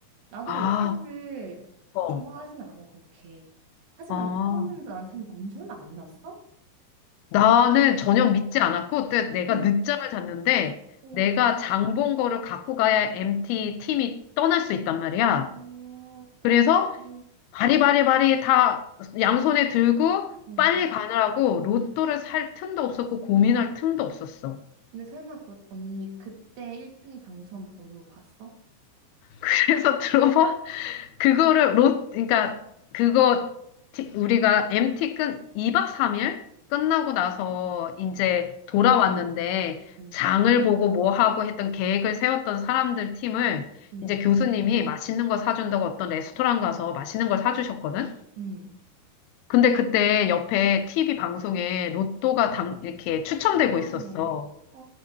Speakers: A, on the right; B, on the left.
A: 나도
B: 아,
A: 로또를
B: 어,
A: 좋아하진 않아, 그렇게. 하지만
B: 아.
A: 이거는 난 산, 넌 설마 안 샀어?
B: 나는 전혀 믿지 않았고, 때 내가
A: 어머,
B: 늦잠을 잤는데,
A: 어,
B: 내가 장본 거를 갖고 가야 MT 팀이 떠날 수 있단 말이야.
A: 아, 어떡해.
B: 그래서 바리바리바리 다 양손에 들고
A: 어.
B: 빨리 가느라고 로또를 살 틈도 없었고 고민할 틈도 없었어.
A: 근데 설마 그 언니 그때 1등 당첨 번호 봤어?
B: 그래서 <laughs> 들어봐. 그거를 로, 그러니까 그거 티- 우리가 MT 끈 2박 3일 끝나고 나서 이제 돌아왔는데
A: 어.
B: 장을 보고 뭐 하고 했던 계획을 세웠던 사람들 팀을
A: 응,
B: 이제 교수님이 맛있는 거 사준다고 어떤 레스토랑 가서 맛있는 걸 사주셨거든?
A: 응.
B: 근데 그때 옆에 TV 방송에 로또가 당, 이렇게 추첨되고
A: 세상에.
B: 있었어.
A: 어,